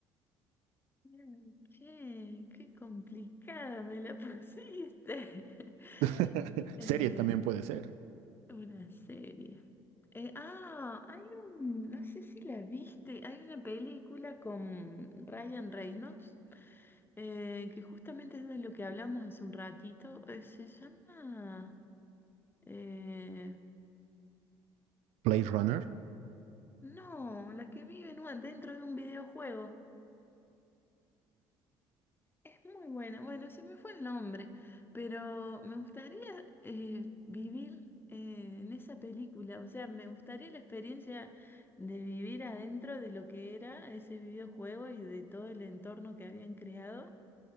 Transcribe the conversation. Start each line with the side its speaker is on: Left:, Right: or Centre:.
Left: Bien, Che, qué complicada me la pusiste. <laughs>
Right: <laughs>
Left: Eh,
Right: Serie también puede ser.
Left: Una serie. Eh, ah, hay un, no sé si la viste, hay una película con Ryan Reynolds, eh, que justamente es de lo que hablamos hace un ratito, eh, se llama, eh,
Right: Blade Runner.
Left: no, la que vive en un- dentro de un videojuego. Es muy buena. Bueno, se me fue el nombre, pero me gustaría eh, vivir eh, en esa película. O sea, me gustaría la experiencia de vivir adentro de lo que era ese videojuego y de todo el entorno que habían creado.